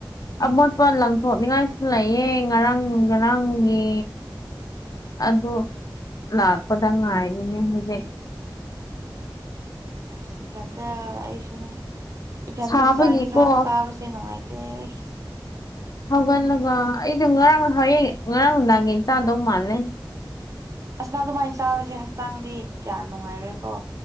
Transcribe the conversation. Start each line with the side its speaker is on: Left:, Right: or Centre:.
Left: ꯑꯃꯣꯠꯄ ꯂꯪꯊꯣꯛꯅꯤꯡꯉꯥꯏꯁꯨ ꯂꯩꯌꯦ ꯉꯔꯥꯡ ꯉꯔꯥꯡꯒꯤ ꯑꯗꯨ ꯂꯥꯛꯄꯗ ꯉꯥꯏꯔꯤꯅꯦ ꯍꯧꯖꯤꯛ
Right: ꯑꯁ ꯏꯊꯟꯗ ꯑꯩꯁꯨꯅꯦ ꯏꯊꯟꯗ
Left: ꯁꯥꯕꯒꯤꯀꯣ
Right: ꯆꯥꯛ ꯌꯦꯟꯁꯥꯡ ꯆꯥꯕꯁꯦ ꯅꯨꯡꯉꯥꯏꯇꯦ ꯀ
Left: ꯍꯧꯒꯠꯂꯒ ꯑꯩꯗꯣ ꯉꯔꯥꯡ ꯍꯌꯦꯡ ꯉꯔꯥꯡ ꯅꯨꯡꯗꯥꯡꯒꯤ ꯆꯥꯗꯧ ꯃꯥꯜꯂꯦ
Right: ꯑꯁꯅꯥ ꯑꯗꯨꯃꯥꯏꯅ ꯆꯥꯕꯁꯦ ꯍꯛꯆꯥꯡꯗꯤ ꯀꯌꯥ ꯅꯨꯡꯉꯥꯏꯔꯣꯏꯀꯣ